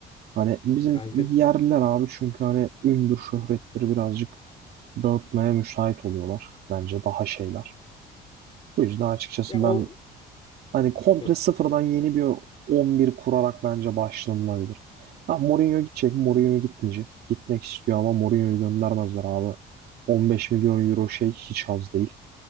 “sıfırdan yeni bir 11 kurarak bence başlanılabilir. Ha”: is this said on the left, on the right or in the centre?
Right